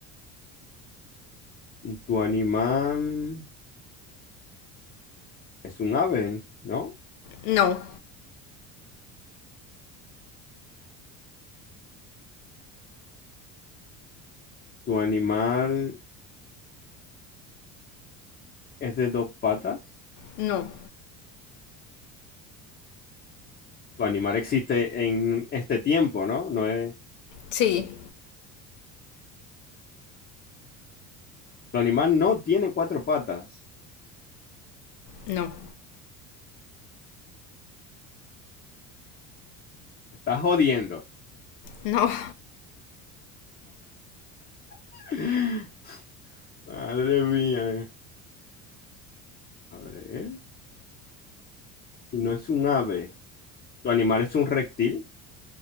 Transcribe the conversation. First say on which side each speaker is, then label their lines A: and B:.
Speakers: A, on the left (about 25°); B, on the left (about 70°).
A: ¿Tu animal es un ave, no?
B: No.
A: ¿Tu animal es de dos patas.
B: No.
A: Tu animal existe en este tiempo, ¿no? No es...
B: Sí.
A: Tu animal no tiene cuatro patas.
B: No.
A: Estás jodiendo.
B: No.
A: <laughs> Madre mía. A ver. Y no es un ave. Tu animal es un reptil.